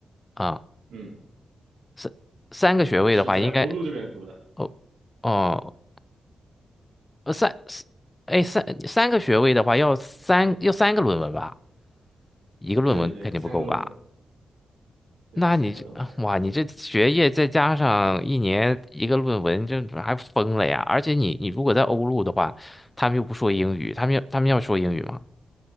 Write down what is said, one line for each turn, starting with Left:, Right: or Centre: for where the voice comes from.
Left: 啊、
Right: 嗯，
Left: 三三个学位的话，
Right: 我是在欧陆这边读的，
Left: 应该哦哦呃，三，四哎，三三个学位的话，要三要三个论文吧，一个论文肯定不够吧？
Right: 对对对，三个论文，对，
Left: 那你这啊哇，
Right: 三个论文。
Left: 你这学业再加上一年一个论文，这还疯了呀！而且你你如果在欧陆的话，他们又不说英语，他们要他们要说英语吗？